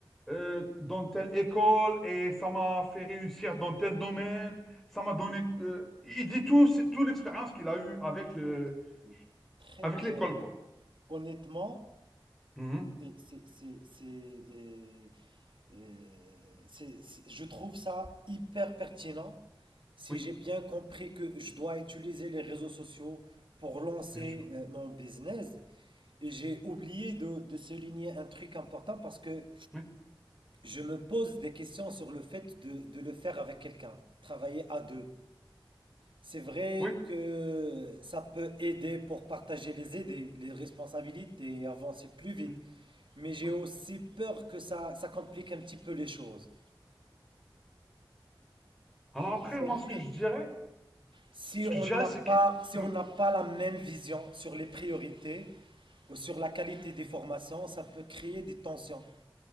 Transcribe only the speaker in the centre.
euh, dans telle école et ça m'a fait réussir
dans tel domaine. Ça m'a donné. euh, il dit tout, toute l'expérience qu'il a eue avec le,
avec
l'école, quoi.
Mhm.
Oui,
bien sûr.
Oui,
oui,
oui,
oui.
Alors après,
moi, ce que je dirais,
ce que
je dirais,
c'est
que...
oui.